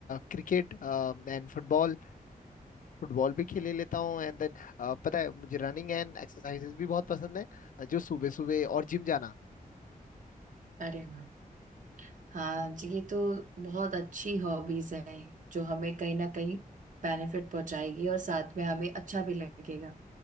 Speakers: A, on the left; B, on the right.
A: Cricket and football फुटबॉल भी खेले लेता हूँ एंड देन पता है मुझे रनिंग एंड एक्सरसाइजेस भी बहुत पसंद है अ, जो सुबह सुबह और जिम जाना
B: अरे वाह हाँ जी ये तो बहुत अच्छी हॉबीज हैं जो हमें कहीं ना कहीं बेनिफिट पहुंचाएगी और साथ में हमें अच्छा भी लगेगा